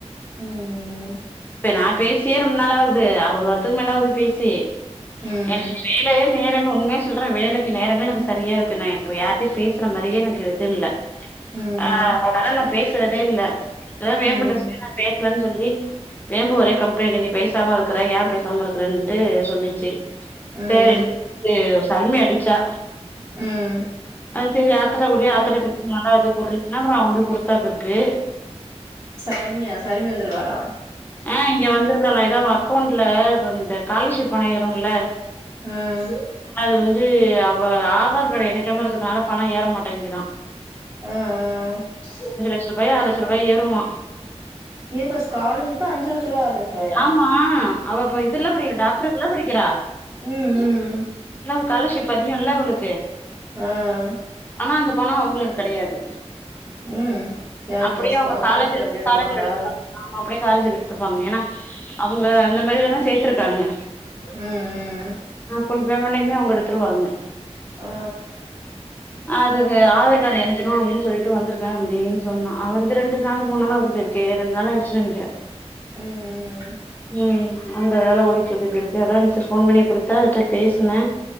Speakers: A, on the right; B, on the left.
A: ம்
B: நா பேசியே ரொம்ப நாள் ஆவுது அ ஒரு வரத்துக்கு மேல ஆவுது பேசி
A: ம்
B: எனக்கு வேலைய நேரம் உங்க செல்ற வேலைக்கு நேரமே எனக்கு சரியா இருக்கு நான் இப்ப யாரிட்டையும் பேசுற மாரியே எனக்கு இது இல்லை
A: ம்
B: ஆ
A: ம்
B: அதா நா பேசுறதே இல்லை அதான் வேம்புட்ட
A: ம்
B: சொல்லி நா பேசலன்னு சொல்லி வேம்பும் ஒரே கம்ப்ளைண்ட் நீ பைசாம இருக்கற ஏன் பேசாம இருக்கறன்ட்டு சொன்னிச்சு
A: ம்
B: சேரி <inaudible> சருமி அடிச்சா
A: ம்
B: ஆ செரி ஆத்தட குடுரி ஆத்தட்ட பேச நல்லா இது போடுரின்னா அப்புறம் அவ கொண்டு போய் கொடுத்தாபிற்கு
A: சருமியா சருமி வந்திருக்காலா
B: ஆ இங்க வந்திருக்கலாம் ஏதோ அவ அக்கௌண்ட்ல இந்த ஸ்காலர்ஷிப் பணம் ஏறும் இல்ல
A: ம்
B: அது வந்து அவ ஆதார் கார்ட எணைக்காம இருக்குறதுனால பணம் ஏற மாட்டேங்குதா
A: அ அ அ
B: ஒரு லட்ச ரூபாய் ஆறுலட்ச ரூபாய் ஏறுமா
A: ஏப்பா ஸ்காலர்ஷிப் அஞ்சு லட்சரூபா ஆறு ரூவாயா
B: ஆமா அவ இப்ப இதுல்லா படிக்கிறா டாக்டருக்கு இல்ல படிக்கிறா
A: ம் ம்
B: ல்ல ஸ்காலர்ஷிப் அதிகம்ல்ல அவளுக்கு
A: ஆ ஆ
B: ஆனா அந்த பணம் அவங்களுக்கு கெடயாது
A: ம் யாருக்கு
B: அப்டியே
A: அது ஸ்கூ
B: அவுங்க காலேஜி
A: காலேஜ்ல அப்டி நடத்துவாங்களா
B: காலேஜ்ல எடுத்துக்குவாங்க ஆமா அப்டியே காலேஜ்ல எடுத்துப்பாங்க ஏன்னா அவுங்க அந்த மாரிதான சேத்திருக்காங்க
A: ம் ம்
B: அ ஃபுல் பேமன்ட்யுமே அவுங்க எடுத்துருவாங்க
A: ஆ
B: அதுக்கு ஆதார் கார்டு எனக்கெணும் அப்டின்னு சொல்ட்டு வந்திருக்கே அப்டின் சொன்னா அவன் வந்து ரெண்டு நாள் மூணு நாள் ஆவுது டி கேல்ஸ் கே ரெண்டு நாளாயிடுச்சினு நெனைக்கிறேன்
A: ம்
B: ம் அந்த வேல ஓடிக்கிட்றுக்குது அதான்ட்டு போன் பண்ணி குடுத்த அவட்ட பேசின